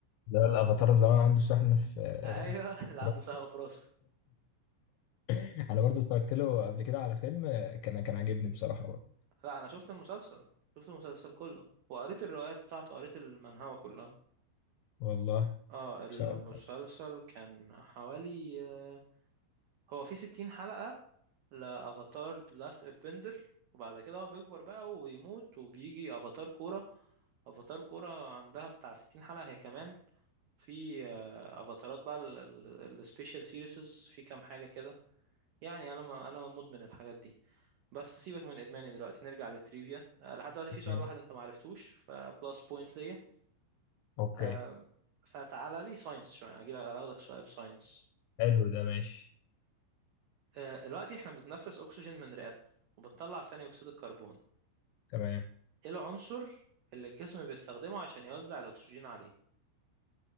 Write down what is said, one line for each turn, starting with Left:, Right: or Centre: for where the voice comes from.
Left: ده الافاتار اللي هو عنده سهم في
Right: ايوه <laughs> اللي
Left: في
Right: عنده
Left: راسه.
Right: سهم في راسه
Left: <laughs> انا برضو اتفرجت له قبل كده على فيلم كان كان عاجبني بصراحه برضو
Right: لا انا شفت المسلسل شفت المسلسل كله وقريت الروايات بتاعته قريت المانهوا كلها
Left: والله ان
Right: اه المسلسل
Left: شاء الله
Right: كان حوالي آه، هو في 60 حلقة لأفاتار The Last Airbender وبعد كده هو بيكبر بقى ويموت وبيجي أفاتار كورة أفاتار كورة عندها بتاع 60 حلقة هي كمان في آه، أفاتارات بقى السبيشال سيريسز في كام حاجة كده يعني أنا ما أنا مدمن الحاجات دي بس سيبك من ادماني دلوقتي نرجع للتريفيا آه، لحد دلوقتي في سؤال
Left: ماشي
Right: واحد انت ما عرفتوش فبلس بوينت ليا
Left: اوكي
Right: آه، فتعالى لي ساينس شويه اجي اخدك سؤال ساينس
Left: حلو ده ماشي
Right: آه، دلوقتي احنا بنتنفس اكسجين من رئتنا وبنطلع ثاني اكسيد الكربون
Left: تمام
Right: ايه العنصر اللي الجسم بيستخدمه عشان يوزع الاكسجين عليه